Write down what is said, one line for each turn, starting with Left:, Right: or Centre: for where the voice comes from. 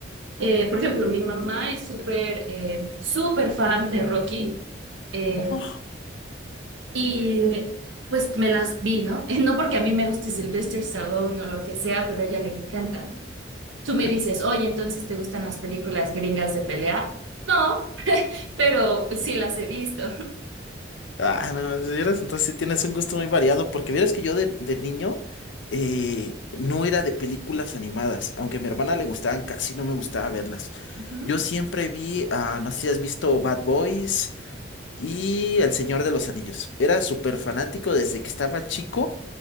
Right: Eh, por ejemplo, mi mamá es súper, eh, súper fan de Rocky. Eh,
Left: Oh, <laughs>
Right: y pues me las vi, ¿no? <laughs> No porque a mí me guste Sylvester Stallone o lo que sea, pero a ella le encanta. Tú me
Left: En-
Right: dices, oye, entonces ¿te gustan las películas gringas de pelea? No, pero sí las he visto.
Left: ah, no, si eres- entonces sí tienes un gusto muy variado, porque vieras que yo de, de niño eh, no era de películas animadas, aunque a mi hermana le gustaban, casi no me gustaba verlas.
Right: <laughs> Ujú.
Left: Yo siempre vi, ah, no sé si has visto Bad Boys. y El Señor de los Anillos. Era súper fanático desde que estaba chico